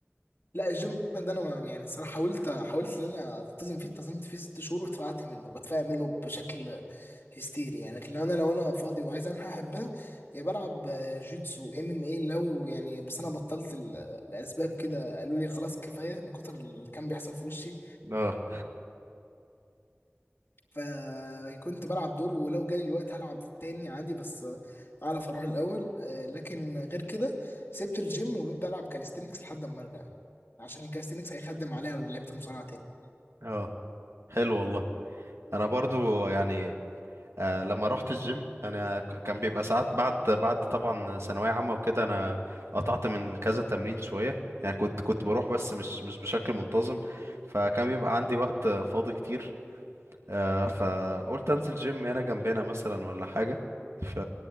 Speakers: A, on the left; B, on the right.
A: لا الجيم ده انا ما- يعني الصراحه حاولت حاولت ان انا التزم فيه التزمت فيه ست شهور واتفقعت منه بتفقع منه بشكل هستيري يعني لكن لو انا لو انا فاضي وعايز اعمل حاجه احبها يا بلعب جيتسو ام ام اي لو يعني بس انا بطلت ال- الاسباب كده قالوا لي خلاص كفايه من كتر اللي كان بيحصل في وشي
B: اه
A: فكنت بلعب دور ولو جالي الوقت هلعب تاني عادي بس اعرف اروح الاول آه، لكن غير كده سبت الجيم وبقيت بلعب كاليستينكس لحد اما ارجع يعني عشان الكاليستينكس هيخدم عليها لو لعبت مصارعه تاني
B: اه حلو والله انا برضو يعني آه، لما رحت الجيم يعني ك- كان بيبقى ساعات بعد بعد طبعا ثانوية عامة وكده انا قطعت من كذا تمرين شوية يعني كنت كنت بروح بس مش مش بشكل منتظم فكان بيبقى عندي وقت فاضي كتير آه، فقلت انزل جيم هنا جنبنا مثلا ولا حاجة ف